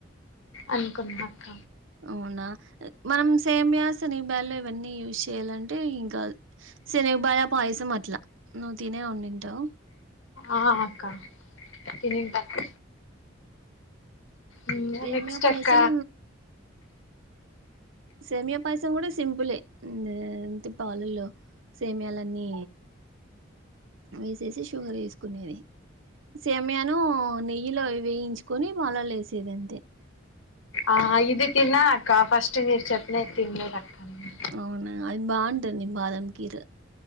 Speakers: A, on the left; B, on the right.
A: అనుకున్నా అక్క
B: అవునా మనం సేమియాసిని బలే ఇవన్నీ యూజ్ చేయాలంటే ఇంకా సెనిగబాయ పాయసం అట్ల నువ్ తినే ఉండింటావ్
A: ఆ అక్క తినింటక్క ఉమ్గ
B: సేమ్యా
A: నెక్స్ట్
B: పాయసం
A: అక్క
B: సేమియా పాయసం కూడా సింపులే నెంతి పాలలో సేమియాలన్నీ వేసేసి షుగర్ ఎసుకునేది సేమియాను నెయ్యిలో వేయించుకొని పాలల్లో వేసేది అంతే
A: ఆ ఇది తిన్నా అక్క ఫస్ట్ మీరు చెప్పినది తిన్లేదక్క నేను
B: అవునా అది బాగుంటుంది బాదం కీర్